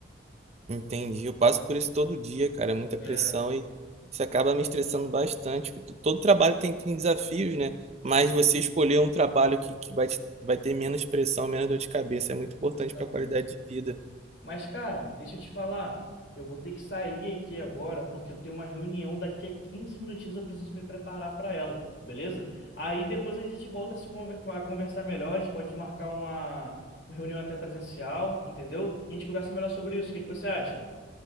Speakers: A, on the right; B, on the left.
A: Entendi. Eu passo por isso todo dia, cara. É muita
B: É,
A: pressão e isso acaba me estressando bastante. Porque to- todo trabalho tem, tem desafios, né?
B: sim,
A: Mas você escolher um trabalho que, que vai, te- vai ter menos pressão, menos dor de cabeça, é muito importante
B: exatamente.
A: para a qualidade de vida.
B: Mas, cara, deixa eu te falar. Eu vou ter que sair aqui agora, porque eu tenho uma reunião daqui a 15 minutinhos, eu preciso me preparar para ela, beleza? Aí depois a gente volta a, se conver- a conversar melhor, a gente pode marcar uma reunião até presencial, entendeu? E a gente conversa melhor sobre isso. O que que você acha?